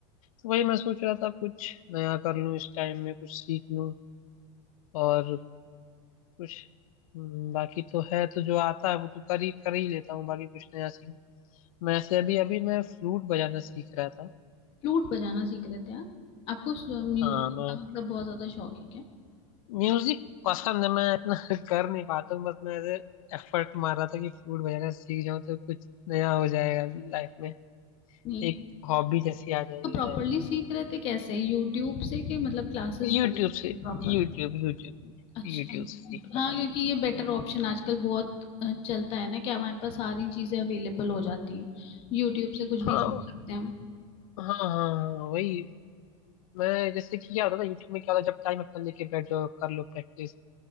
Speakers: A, on the left (about 80°); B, on the left (about 30°).
A: तो वही मैं सोच रहा था कुछ नया कर लूँ इस टाइम में कुछ सीख लूँ और कुछ हम्म, बाकी तो है तो जो आता है वो तो कर ही कर ही लेता हूँ बाकी कुछ नया सीख मैं ऐसे अभी अभी मैं फ्लूट बजाना सीख रहा था
B: फ्लूट बजाना सीख रहे थे आप आपको म्यूजिक
A: हाँ मैं
B: का मतलब बहुत ज्यादा शौक है क्या
A: म्यूजिक पसंद है मैं इतना <laughs> कर नहीं पाता हूँ बस मैं ऐसे एफर्ट मार रहा था कि फ्लूट बजाना सीख जाऊँ तो कुछ नया हो जाएगा लाइफ में
B: नहीं
A: एक हॉबी जैसी आ जाएगी
B: तो प्रॉपरली
A: लाइफ में
B: सीख रहे थे कैसे यूट्यूब से कि मतलब क्लासेस
A: यूट्यूब
B: ज्वाइन करते
A: से
B: प्रॉपर
A: YouTube YouTube
B: अच्छा
A: यूट्यूब से सीखा
B: हाँ
A: था
B: क्योंकि ये बेटर
A: मैं
B: ऑप्शन आजकल बहुत अ, चलता है ना कि हमारे पास सारी चीजें अवेलेबल हो जाती हैं यूट्यूब से कुछ भी
A: हाँ
B: सीख सकते हैं हम
A: हाँ हाँ हाँ हाँ, वही मैं जैसे कि क्या होता था यूट्यूब में क्या होता जब टाइम अपना लेके बैठ जाओ कर लो प्रैक्टिस